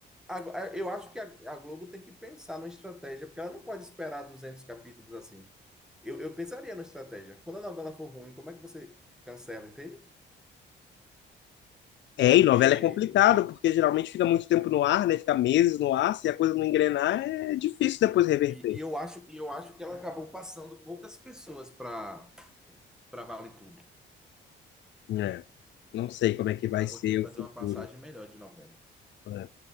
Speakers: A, in the centre; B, on the left.
A: a- eu acho que a, a Globo tem que pensar numa estratégia, porque ela não pode esperar 200 capítulos assim. Eu, eu pensaria numa estratégia. Quando a novela for ruim, como é que você cancela, entende? Porque...
B: É, e novela é complicado, porque geralmente fica muito tempo no ar, né? Fica meses no ar, se a coisa não engrenar, é difícil depois reverter.
A: E, e eu acho, e eu acho que ela acabou passando poucas pessoas para para Vale Tudo.
B: É. Não sei como é que vai
A: Ela
B: ser
A: podia fazer
B: o futuro.
A: uma passagem melhor de novela.
B: É.